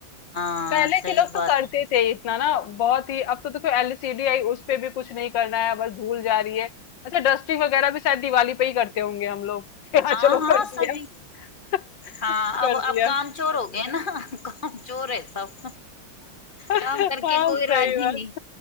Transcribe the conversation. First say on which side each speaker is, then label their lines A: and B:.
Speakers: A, on the left (about 30°); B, on the left (about 70°).
A: हाँ
B: पहले
A: सही
B: के लोग तो
A: बात
B: करते
A: है।
B: थे इतना ना बहुत ही अब तो देखो एलसीडी आई उस पे भी कुछ नहीं करना है बस धूल जा रही है अच्छा डस्टिंग वगैरह भी शायद दिवाली पे ही करते होंगे हम लोग <laughs> कि हाँ
A: हाँ
B: चलो
A: हाँ
B: कर दिया
A: सभी
B: <laughs>
A: हाँ
B: कर
A: अब
B: दिया
A: अब काम चोर हो गए ना <laughs> काम चोर है सब
B: <laughs>
A: काम करके
B: हाँ
A: कोई
B: सही
A: राजी
B: बात
A: नहीं